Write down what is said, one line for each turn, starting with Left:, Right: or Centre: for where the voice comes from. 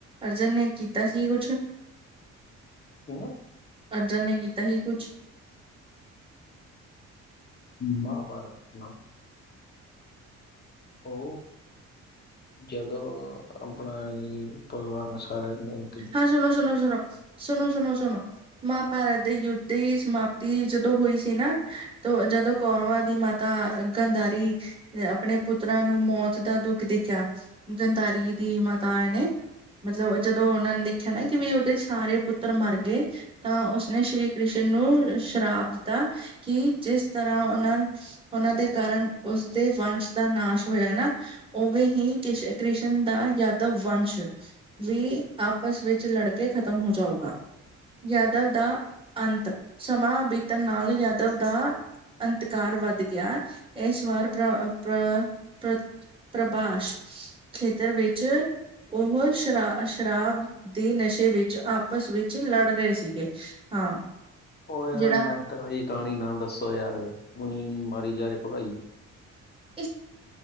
Right: ਅਰਜਨ ਨੇ ਕੀਤਾ ਸੀ ਯੁੱਧ? ਛੇ
Left: ਕਿੰਨੇ
Right: ਅਰਜਨ ਨੇ ਕੀਤਾ ਸੀ ਕੁਛ?
Left: ਮਹਾਭਾਰਤ ਨਾ। ਉਹ ਜਦੋਂ ਆਪਣਾ ਪਰਿਵਾਰ ਨੇ ਸਾਰਾ ਇਹ।
Right: ਹਾਂ, ਸੁਣੋ! ਸੁਣੋ! ਸੁਣੋ! ਸੁਣੋ! ਸੁਣੋ! ਸੁਣੋ! ਮਹਭਾਰਤ ਦੇ ਯੁੱਧ ਦੀ ਸਮਾਪਤੀ ਜਦੋਂ ਹੋਈ ਸੀ ਨਾ, ਤੋਂ ਜਦੋਂ ਕੌਰਵਾਂ ਦੀ ਮਾ। ਤਾਂ, ਗੰਧਾਰੀ ਆਪਣੇ ਪੁੱਤਰਾਂ ਨੂੰ ਮੌਤ ਦਾ ਦੁੱਖ ਦੀਖਿਆ। ਗੰਧਾਰੀ ਦੀ ਮਾਤਾਏ ਨੇ ਮਤਲਬ, ਜਦੋਂ ਜਦੋਂ ਉਹਨਾਂ ਨੇ ਦੇਖਿਆ ਨਾ, ਕਿ ਵੀ ਉਹਦੇ ਸਾਰੇ ਪੁੱਤਰ ਮਰ ਗਏ, ਤਾਂ ਉਸਨੇ ਸ਼੍ਰੀ ਕ੍ਰਿਸ਼ਨ ਨੂੰ ਸ਼ਰਾਪ ਦਿੱਤਾ ਕਿ, ਜਿਸ ਤਰ੍ਹਾਂ ਉਹਨਾਂ ਉਹਨਾਂ ਦੇ ਕਾਰਨ ਉਸਦੇ ਵੰਸ਼ ਦਾ ਨਾਸ਼ ਹੋਇਆ ਨਾ? ਉਵੇਂ ਹੀ ਕ੍ਰਿਸ਼ ਕ੍ਰਿਸ਼ਨ ਦਾ ਯਾਦਵ ਵੰਸ਼ ਵੀ ਆਪਸ ਵਿੱਚ ਲੜ ਕੇ ਖ਼ਤਮ ਹੋ ਜਾਊਗਾ। ਯਾਦਵ ਦਾ ਅੰਤ ਸਮਾਂ ਬੀਤਣ ਨਾਲ, ਯਾਦਵ ਦਾ ਅੰਤਕਾਰ ਵੱਧ ਗਿਆ ਇਸ ਵਾਰ ਪਰ ਪ੍ਰਭਾਸ਼ ਖੇਤਰ ਵਿੱਚ ਉਹ ਸ਼ਰਾਸ਼ ਸ਼ਰਾਬ ਦੇ ਨਸ਼ੇ ਵਿੱਚ ਆਪਸ ਵਿੱਚ ਲੜ ਰਹੇ ਸੀਗੇ, ਹਾਂ।
Left: ਉਹ ਯਾਰ,
Right: ਜਿਹੜਾ
Left: ਮੈਂਥੋ ਇਹ ਕਹਾਣੀ ਨਾ ਦੱਸੋ ਯਾਰ। ਉਈ ਮਾਰੀ ਜਾ ਰਹੇ ਹੋ ਭੁਕਾਈ।
Right: ਇਹ